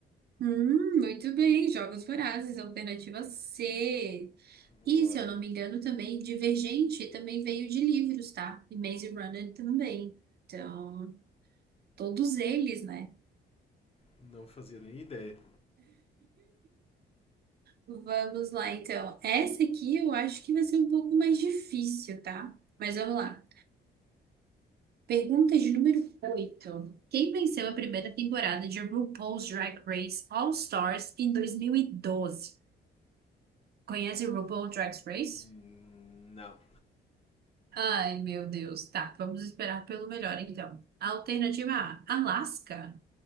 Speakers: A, on the right; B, on the left.
A: Hum, muito bem, Jogos Vorazes, alternativa C.
B: Boa.
A: E, se eu não me engano, também Divergente também veio de livros, tá? E Maze Runner também. Então, todos eles, né?
B: Não fazia nem ideia.
A: Vamos lá, então. Essa aqui eu acho que vai ser um pouco mais difícil, tá? Mas vamos lá. Pergunta de número 8. Quem venceu a primeira temporada de RuPaul's Drag Race All Stars em 2012? Conhece RuPaul Drag Race?
B: Hum, Não.
A: Ai, meu Deus. Tá, vamos esperar pelo melhor, então. Alternativa A, Alaska.